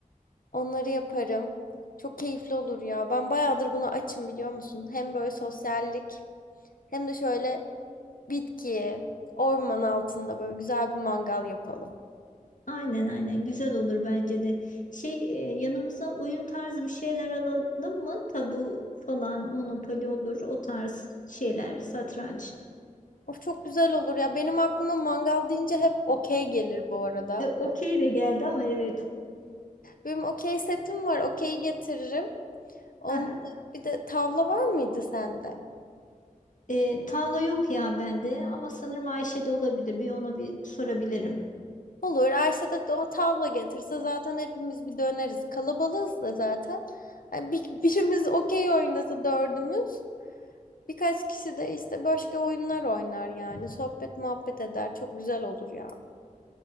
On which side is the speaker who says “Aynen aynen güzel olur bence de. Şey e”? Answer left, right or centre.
Left